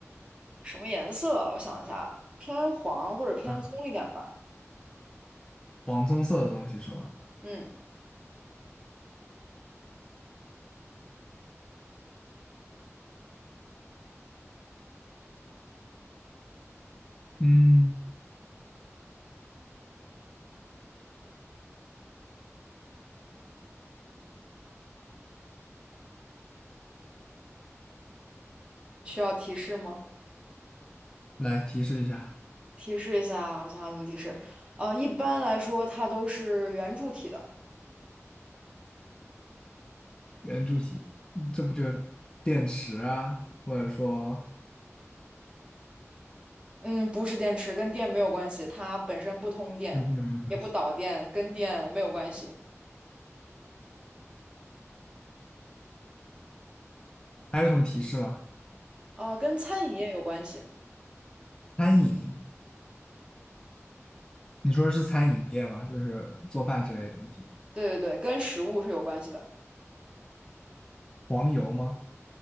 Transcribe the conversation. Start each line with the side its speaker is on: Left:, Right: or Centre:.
Right: 什么颜色？我想一下，偏黄或者偏棕一点吧。
Left: 啊，黄棕色的东西是吗？
Right: 嗯。
Left: 嗯，
Right: 需要提示吗？
Left: 来提示一下
Right: 提示一下，我想想怎么提示。呃，一般来说，它都是圆柱体的，
Left: 圆柱体，嗯这不就电池啊，或者说
Right: 嗯，不是电池，跟电没有关系，它本身不通电，
Left: 跟电有没有关系？
Right: 也不导电，跟电没有关系。
Left: 还有什么提示吗？
Right: 呃，跟餐饮业有关系，
Left: 餐饮，你说的是餐饮业吗？就是做饭之类的东西。
Right: 对对对，跟食物是有关系的。
Left: 黄油吗？